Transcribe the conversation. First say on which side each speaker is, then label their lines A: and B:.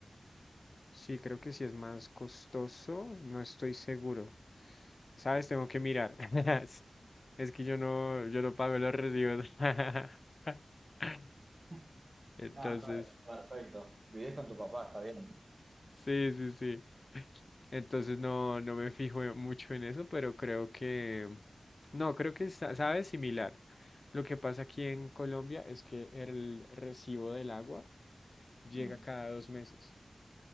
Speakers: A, on the left; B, on the right.
A: sí, creo que sí es más costoso. No estoy seguro. ¿Sabes? Tengo que mirar. <laughs> Es que yo no, yo no pago los recibos. <laughs>
B: <laughs>
A: Entonces,
B: No, está, está perfecto. Vivís con tu papá, está bien.
A: Sí, sí, sí. Entonces no, no me fijo en- mucho en eso, pero creo que, no, creo que sa- sabe similar. Lo que pasa aquí en Colombia es que el recibo del agua llega
B: Mm.
A: cada dos meses.